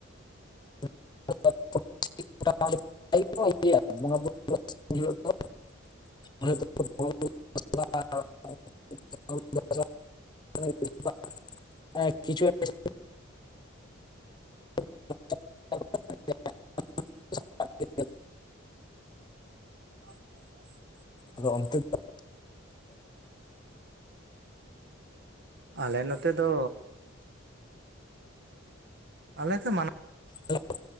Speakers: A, on the left; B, on the right.
A: ᱵᱚᱸᱜᱟ ᱦᱩᱭᱩᱜ <unintelligible> <unintelligible> <unintelligible> <inaudible> ᱟ <inaudible>
B: <inaudible>
A: ᱟᱫᱚ ᱚᱱᱛᱮ ᱫᱚ <inaudible>
B: ᱟᱞᱮ ᱱᱚᱛᱮ ᱫᱚ ᱟᱞᱮ ᱥᱮᱱ ᱢᱟᱱᱟᱣ
A: ᱦᱟ. ᱞᱚ᱾